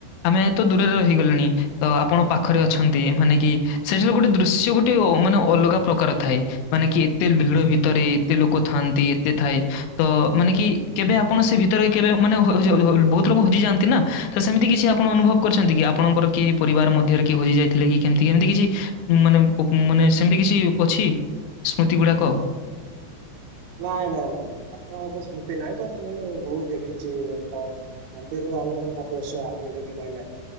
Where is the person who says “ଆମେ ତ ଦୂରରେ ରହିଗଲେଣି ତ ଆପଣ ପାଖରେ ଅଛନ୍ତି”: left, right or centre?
Left